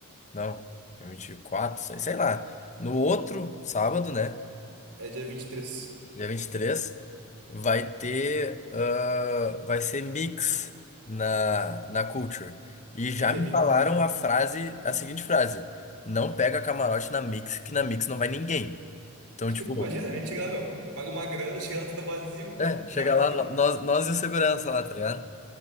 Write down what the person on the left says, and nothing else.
não, dia 24, sei, sei lá. No outro sábado, né?
dia vinte e três vai ter, ah, vai ser mix na, na Culture. E já
me
falaram a frase, a seguinte frase: não pega camarote na mix, que na mix não vai ninguém. Então,
tipo,
é,
chega lá, no- nós, nós e o segurança lá, tá ligado?